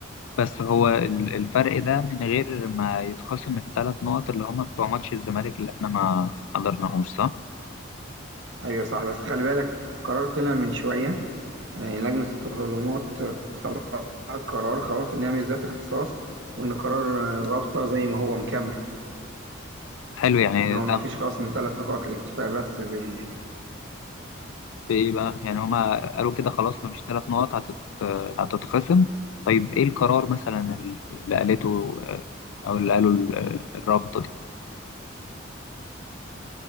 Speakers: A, on the left; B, on the right.
A: بس هو ال- الفرق ده من غير ما يتخصم الثلاث نقط اللي هما بتوع ماتش الزمالك اللي احنا ما حضرناهوش صح؟
B: ايوه صح بس خلي بالك قرار طلع من شويه آه، لجنه التظلمات طلعت قرار خلاص ان هي مش ذات اختصاص وان قرار آه، الرابطه زي ما هو مكمل
A: حلو يعني
B: ان هو ما
A: ده
B: فيش خصم ثلاث نقاط الاكتفاء بس بالموضوع
A: بإيه بقى؟ يعني هما قالوا كده خلاص مفيش ثلاث نقط هتت... هتتخصم طيب إيه القرار مثلا اللي قالته آه، أو اللي قالوا ال- آه، الرابطة